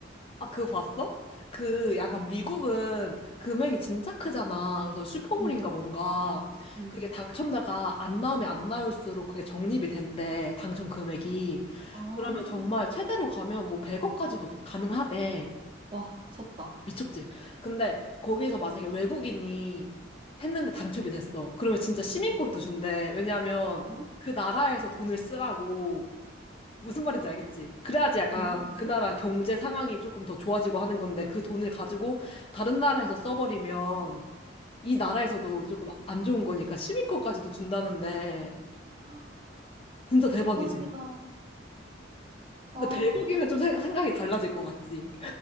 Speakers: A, on the left (about 30°); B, on the right (about 25°).
A: 아, 그거 봤어? 그 약간 미국은 금액이 진짜 크잖아. 그래서 슈퍼볼인가
B: 응,
A: 뭔가
B: 응.
A: 그게 당첨자가 안 나오면 안 나올수록 그게 적립이 된대. 당첨 금액이.
B: 아,
A: 그러면 정말 최대로 가면 뭐 100억까지도 가능하대.
B: 와, 미쳤다.
A: 미쳤지? 근데 거기에서 만약에 외국인이 했는데 당첨이 됐어. 그러면 진짜 시민권도
B: 응.
A: 준대. 왜냐하면
B: 어?
A: 그 나라에서 돈을 쓰라고. 무슨 말인지 알겠지? 그래야지 약간
B: 대박인데?
A: 그 나라 경제 상황이 조금 더 좋아지고 하는 건데 그 돈을 가지고 다른 나라에서 써버리면 이 나라에서도 조금 안 좋은 거니까 시민권까지도 준다는데
B: <gasps>
A: 진짜 대박이지.
B: 대박이다. 아,
A: 근데 100억이면 좀 생- 생각이 달라질 것 같지.